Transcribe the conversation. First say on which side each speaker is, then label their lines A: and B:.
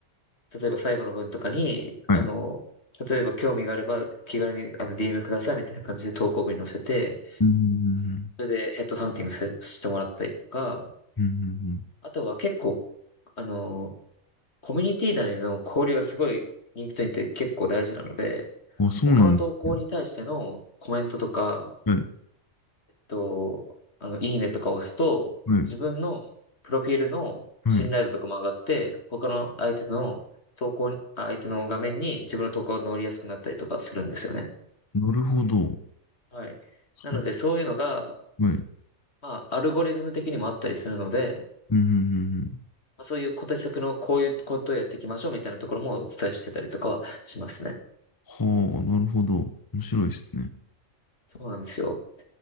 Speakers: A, on the left; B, on the left.
A: 例えば最後の文とかに、
B: はい。
A: あの、例えば興味があれば気軽にあの DM くださいみたいな感じで投稿文に載せて、
B: うん、うん、
A: それでヘッドハンティングせしてもらったりとか、
B: うん
A: あとは結構、あの、コミュニティ内での交流がすごい LinkedIn って結構大事なので、
B: あ、そうなんですね。
A: 他の投稿に対してのコメントとか、
B: はい、
A: と、あの、いいねとか押すと、
B: はい、
A: 自分のプロフィールの信頼度とかも上がって、
B: はい。
A: 他の相手の投稿に、あ相手の画面に自分の投稿が載りやすくなったりとかするんですよね。
B: なるほど。
A: はい。
B: それ
A: なので、そういうのが、
B: はい。
A: まあ、アルゴリズム的にもあったりするので、
B: うん、うん、うん。
A: まあ、そういう小手先のこういうことをやっていきましょうみたいなところもお伝えしてたりとかはしますね。
B: はあ、なるほど。面白いですね。
A: そうなんですよ。